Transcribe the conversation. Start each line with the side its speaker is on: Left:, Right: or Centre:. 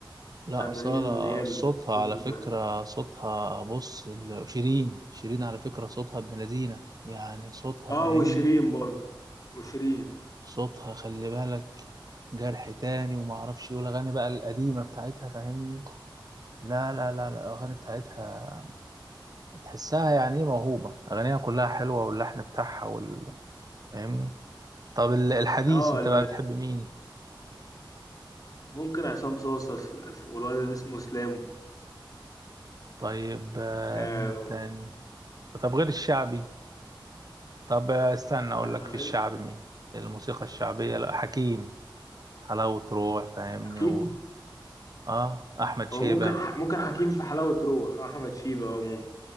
Right: لا
Left: الفنانين
Right: أصالة
Left: اللي هي ال-
Right: صوتها على
Left: البنات
Right: فكرة صوتها بص ال- شيرين شيرين على فكرة صوتها ابن لذينة يعني صوتها
Left: اه
Right: فاهمني
Left: وشيرين برضه وشيرين
Right: صوتها خلي بالك جرح تاني وما اعرفش ايه والاغاني بقى القديمه بتاعتها فاهمني لا لا لا لا الاغاني بتاعتها تحسها يعني ايه موهوبه اغانيها كلها حلوه واللحن بتاعها وال... فاهمني طب ال- الحديث
Left: اه
Right: انت
Left: ال-
Right: بقى بتحب مين
Left: ممكن عصام صاصا س- والواد اللي اسمه اسلام
Right: طيب آه،
Left: آه
Right: مين تاني طب غير الشعبي طب استنى اقول
Left: لا
Right: لك
Left: غير
Right: في الشعب مين الموسيقى الشعبية لا حكيم حلاوة روح فاهمني
Left: حكيم
Right: و... اه احمد شيبة
Left: هو ممكن ممكن حكيم في حلاوة روح آه، احمد شيبة اه ممكن